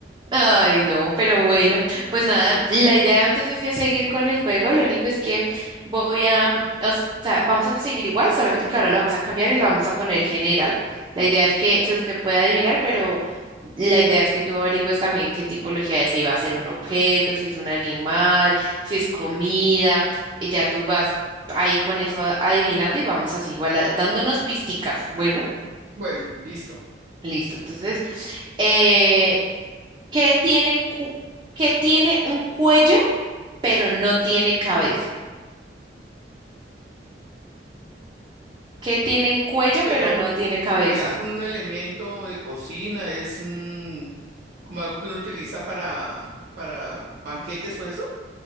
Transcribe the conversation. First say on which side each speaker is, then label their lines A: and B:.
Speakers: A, on the right; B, on the right.
A: Ay, no, pero bueno, pues nada, la idea entonces es seguir con el juego. Lo único es que voy a, mm, o sea, vamos a seguir igual, solamente que ahora lo vamos a cambiar y lo vamos a poner general. La idea es que si usted puede adivinar, pero La idea es que tú averigües también qué tipología es, si va a ser un objeto, si es un animal, si es comida, y ya tú vas ahí con eso a- adivinando y vamos así, igual a- dándonos pisticas. Bueno,
B: Bueno, listo.
A: listo. Entonces, eh, ¿qué tiene, cu- qué tiene un cuello pero no tiene cabeza? ¿Qué tiene cuello
B: pero,
A: pero no
B: que-
A: tiene cabeza?
B: pero es un elemento de cocina, es un- como algo que uno utiliza para, para banquetes o eso.